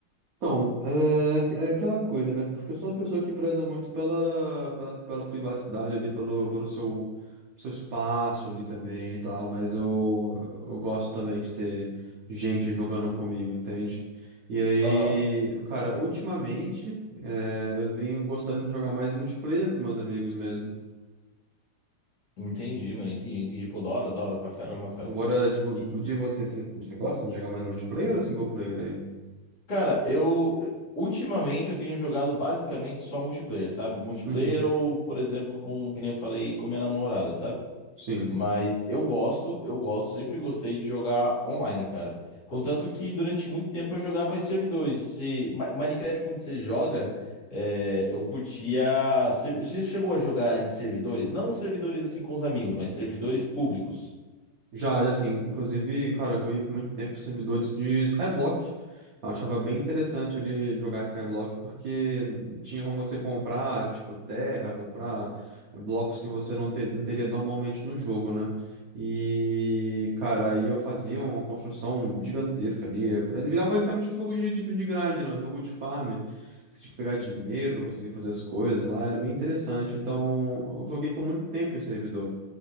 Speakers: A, on the right; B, on the left.
A: Então, é aqu- é aquela coisa, né? Porque eu sou uma pessoa que preza muito pela, pela, pela privacidade ali, pelo, pelo seu, seu espaço ali também e tal, mas eu, eu gosto também de ter gente jogando comigo, entende? E aí,
B: Aham.
A: cara, ultimamente, é, eu venho gostando de jogar mais multiplayer com meus amigos mesmo.
B: Entendi, mano, entendi, entendi. Pô, da hora, da hora pra caramba, cara.
A: Agora, de, vo-
B: E,
A: de você, você, você gosta de jogar mais multiplayer ou single player aí?
B: cara, eu. Ultimamente eu tenho jogado basicamente só multiplayer, sabe? Multiplayer
A: Uhum,
B: ou, por exemplo, com, que nem eu falei, com minha namorada, sabe?
A: sim.
B: Mas eu gosto, eu gosto, sempre gostei de jogar online, cara. Contanto que durante muito tempo eu jogava em servidores. Se, Ma- Minecraft, quando você joga, é, eu curtia. ser- Você chegou a jogar em servidores? Não servidores assim com os amigos, mas servidores públicos.
A: Já, já sim. Inclusive, cara, eu joguei por muito tempo servidores de Skyblock. Eu achava bem interessante ali jogar Skyblock, porque tinha como você comprar, tipo, terra, comprar eh, blocos que você não, te- não teria normalmente no jogo, né? E, cara, aí eu fazia uma construção gigantesca ali. Ele virava literalmente um jogo de, de, de grind, né? Um jogo de farm. Você tinha que pegar dinheiro pra conseguir fazer as coisas lá, era bem interessante. Então, eu joguei por muito tempo em servidor.